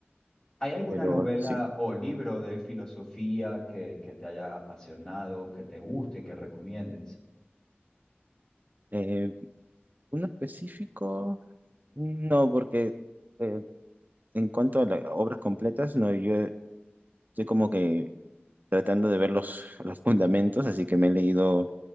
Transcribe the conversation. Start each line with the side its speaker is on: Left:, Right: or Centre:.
Left: ¿Hay alguna
Right: pero
Left: novela
Right: sí.
Left: o libro de filosofía que, que te haya apasionado, que te guste, que recomiendes?
Right: Eh, ¿uno específico? No, porque eh, en cuanto a las obras completas, no, yo estoy como que tratando de ver los, los fundamentos, así que me he leído,